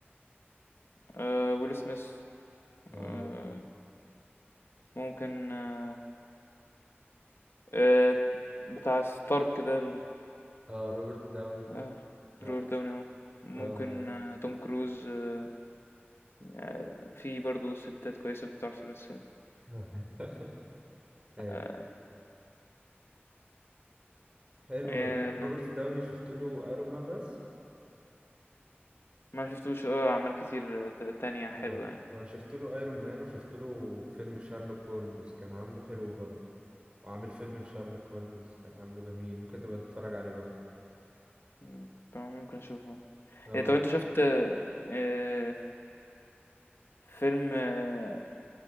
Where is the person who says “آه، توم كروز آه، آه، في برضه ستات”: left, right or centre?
Left